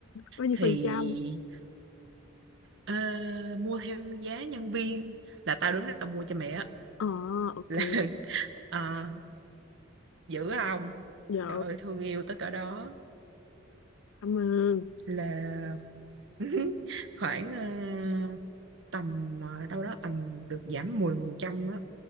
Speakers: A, on the left (about 85°); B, on the right (about 65°).
A: bao nhiêu
B: thì
A: phần trăm
B: ờ, mua theo giá nhân viên là tao đứng đó tao mua cho mẹ á
A: ờ ok
B: <laughs> là ờ, giữ không
A: dữ
B: trời ơi, thương yêu tới cỡ đó
A: cảm ơn
B: là <laughs> khoảng ờ, tầm ờ, đâu đó tầm được giảm 10% á